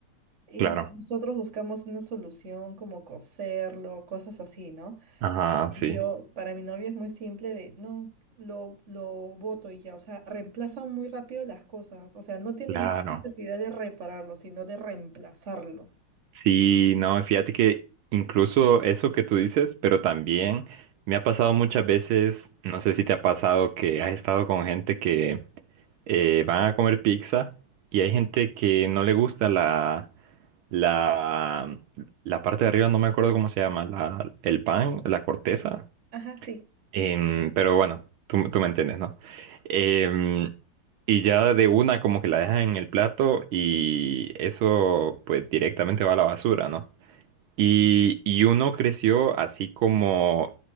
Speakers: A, on the right (about 35°); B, on the right (about 75°).
A: Y
B: claro.
A: nosotros buscamos una solución como coserlo, cosas así, ¿no?
B: Ajá,
A: En
B: sí.
A: cambio, para mi novio es muy simple de, no, lo, lo boto y ya, o sea, reemplazan muy rápido las cosas, o sea, no tienen
B: Claro,
A: esta necesidad de repararlo, sino de reemplazarlo.
B: sí, no, fíjate que incluso eso que tú dices, pero también me ha pasado muchas veces, no sé si te ha pasado que has estado con gente que eh, van a comer pizza y hay gente que no le gusta la, la, la parte de arriba, no me acuerdo cómo se llama, la, el pan, la corteza.
A: Ajá, sí,
B: Em, pero bueno, tú, tú me entiendes, ¿no? Em, y ya de una como que la dejan en el plato y eso pues directamente va a la basura, ¿no? Y, y uno creció así como,